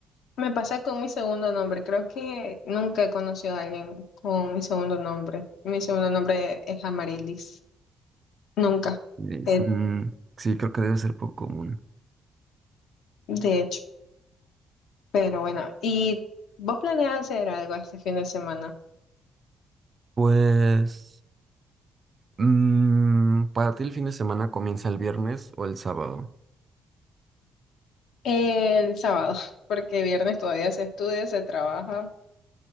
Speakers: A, on the left (about 80°); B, on the right (about 40°).
A: Me pasa con mi segundo nombre. Creo que nunca he conocido a alguien con mi segundo nombre. Mi segundo nombre es Amarilis. Nunca,
B: Es-
A: eh,
B: mm, sí, creo que debe ser poco común.
A: de hecho. Pero bueno, ¿y vos planeas hacer algo este fin de semana?
B: Pues, mm, para ti el fin de semana comienza el viernes o el sábado.
A: El sábado, <laughs> porque viernes todavía se estudia, se trabaja.